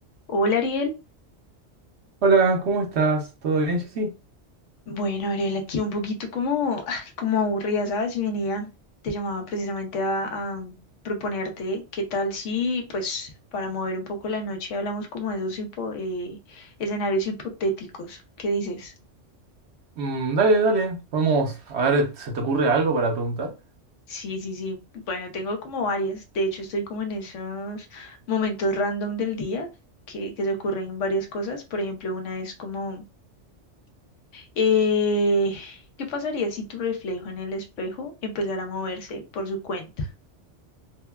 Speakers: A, on the left; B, on the right.
A: Hola Ariel.
B: Hola, ¿cómo estás? ¿Todo bien, Jessy?
A: Bueno, Ariel, aquí un poquito como, ay, como aburrida, ¿sabes? Y venía, te llamaba precisamente a, a proponerte qué tal si, pues, para mover un poco la noche hablamos como de esos hipo- eh, escenarios hipotéticos. ¿Qué dices?
B: Mm, dale, dale. Vamos a ver, ¿se te ocurre algo para preguntar?
A: Sí, sí, sí. Bueno, tengo como varias. De hecho, estoy como en esos momentos random del día que, que se ocurren varias cosas. Por ejemplo, una es como Eh, ¿qué pasaría si tu reflejo en el espejo empezara a moverse por su cuenta?